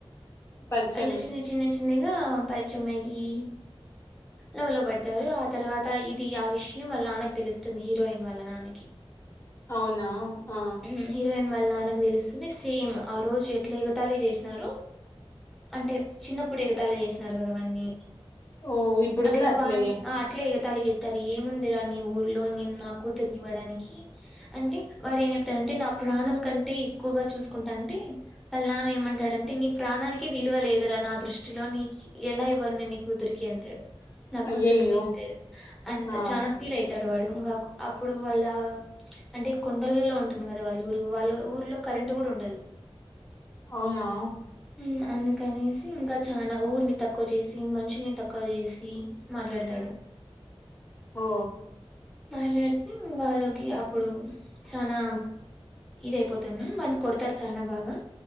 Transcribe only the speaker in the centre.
అలా చిన్న చిన్న చిన్ తిన్నగా పరిచయం అయ్యి లవ్ లో పడతారు ఆ తర్వాత ఇది ఆ విషయం వాళ్ళ నాన్నకి తెలుస్తుంది హీరోయిన్ వాళ్ళ నాన్న కి
ఉమ్మ్ హీరోన్ ను వాళ్ళ నాన్నకు తెలుస్తుంది సేమ్ ఆ రోజు ఎట్ల ఎగతాళి చేసినారో అంటే చిన్నప్పుడు ఎగతాళి చేసినారు కదా వాన్ని
అట్ల
వాన్ని ఆ అట్లే తలుగు ఎస్తారు ఏముందిరా నీ ఊర్లో ని నా కూతుర్ని ఇవ్వడానికి అంటే వాడే ఏమి చెప్ తను అంటే నా ప్రాణం కంటే ఎక్కువ గా చూసుకుంటా అంటే వాళ్ల నాన్న ఏమంటాడు అంటే నీ ప్రాణానికే విలువ లేదురా నా దృష్టిలో నీకి ఎలా ఇవ్వను నీ కూతురికి అంటాడు నా కూతుర్ని
అంటాడు అంత
చానా ఫీల్ అయితాడు తావాడు ఇంకా అప్పుడు వాళ్ళ అంటే కొండలలో ఉంటుంది కదా వాళ్ళ ఊరు వాళ్ళ ఊరు లో కరెంట్ కూడా ఉండదు
నా అందు కనేసి ఇంకా చాలా ఊరి ని తక్కువ చేసి మనుషుల్ని తక్కువ చేసి మాట్లాడుతాడు
మాట్లాడితే వాడుకి అప్పుడు చానా ఇది అయిపోతున్నా వాని కొడతారు చాలా బాగా